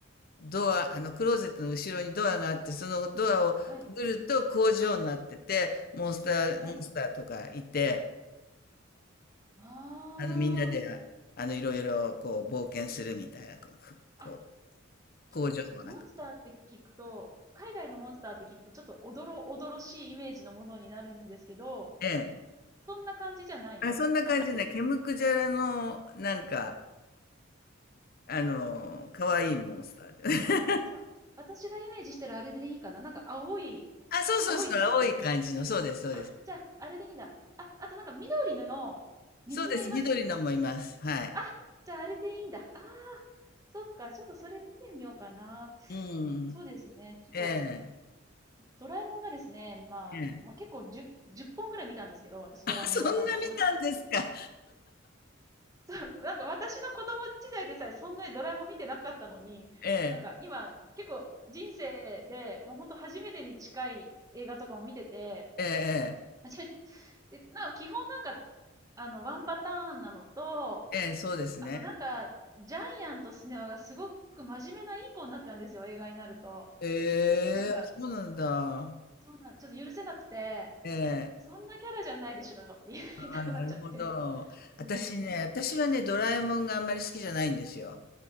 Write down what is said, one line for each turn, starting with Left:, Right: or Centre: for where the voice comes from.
Left: ドア、あの、クローゼットの後ろにドアがあって、そのドアをくぐると工場になってて、
Right: はい、
Left: モンスター、
Right: はい。
Left: モンスターとかいて、
Right: あ
Left: あの、みんなで、ああの、いろいろ、こう、冒険するみたいな、こう、こう
Right: あ。
Left: 工場の中
Right: ちょっと、モンスターって聞くと、海外のモンスターって聞くと、ちょっとおどろおどろしいイメージのものになるんですけど、
Left: で。
Right: そんな感じじゃないなくて。
Left: あ、そんな感じね。ケムクジャラの、なんか、あの、可愛いモンスターで。
Right: あ、あじゃあ、
Left: <laughs>
Right: 私がイメージしてるあれでいいかななんか青い、
Left: あ、そうそうそう、
Right: 青いですよね。
Left: 青い感じの、そうです、そうです。
Right: あ、じゃあ、あれでいいんだ。あ、あとなんか緑の、見つめいます
Left: そうです、緑のもいます。はい。
Right: あ、じゃああれでいいんだ。ああ、そっか、ちょっとそれ見てみようかな。
Left: う
Right: そうですね。
Left: ん。
Right: ちょっと、
Left: ええ、
Right: ドラえもんがですね、まあ、
Left: ええ。
Right: まあ、結構 10, 本ぐらい見たんですけど、私ドラえもんいろんなのを。
Left: あ、そんな見たんですか。
Right: <laughs> そう、なんか私の子供時代でさえそんなにドラえもん見てなかったのに、
Left: ええ、
Right: なんか今結構人生でもうほんと初めてに近い映画とかも見てて、
Left: ええ、ええ。
Right: 初めて。で、な、基本なんか、あの、ワンパターンなのと、
Left: ええ、そうですね。
Right: あとなんか、ジャイアンとスネ夫がすごく真面目ないい子になったんですよ、映画になると。
Left: ええ、
Right: なんか、
Left: そうなんだ。
Right: そうなん、ちょっと許せなくて、
Left: ええ、
Right: そんなキャラじゃないでしょって言いたくなっちゃって。
Left: ああ、なるほど。私ね、
Right: うん。
Left: 私はね、ドラえもんがあんまり好きじゃないんですよ。